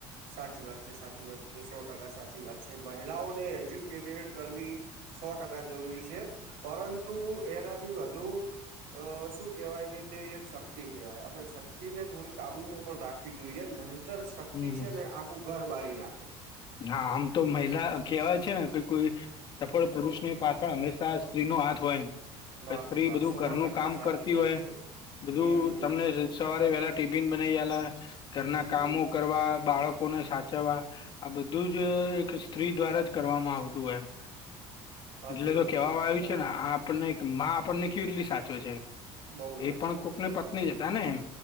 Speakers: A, on the right; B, on the left.
A: સાચી વાત છે સાચી વાત છે સો ટકા સાચી વાત છે મહિલાઓને એજ્યુકેટેડ કરવી સો ટકા જરૂરી છે પરંતુ એનાથી વધુ અહ શું કહેવાય કે તે એક શક્તિ કહેવાય અને શક્તિને થોડી કાબુમાં પણ રાખ ખી જોઈએ નહિતર શક્તિ
B: હમ
A: છે ને આખું ઘર બાળી નાખે.
B: હા આમ તો મહિલા કહેવાય છે ને કે કોઈ સફળ પુરુષ ની પાછળ હંમેશા સ્ત્રી નો હાથ હોય.
A: વાહ
B: અહ સ્ત્રી
A: ભાઈ વાહ
B: બધું
A: સો
B: ઘરનું
A: ટકા
B: કામ
A: સાચી
B: કરતી
A: વાત
B: હોય
A: છે
B: બધું
A: હમ હમ
B: તમને
A: હમ
B: સવારે વેલા ટીફીન બનાવી આલે ઘરના
A: હમ
B: કામો
A: હમ
B: કરવા બાળકોને સાચ ચવા આ બધું જ એક સ્ત્રી દ્વારા જ કરવામાં આવતું હોય એમ.
A: સાચી
B: એટલે
A: વાત
B: તો
A: છે
B: કેવામાં
A: સાચી
B: આવ્યું
A: વાત
B: છે ને આ આપણને માં આપણને કેટલી સાચવે છે.
A: બઉ
B: એ
A: સાચી
B: પણ
A: વાત
B: કોકની
A: છે તમારું
B: પત્ની જ હતા ને એમ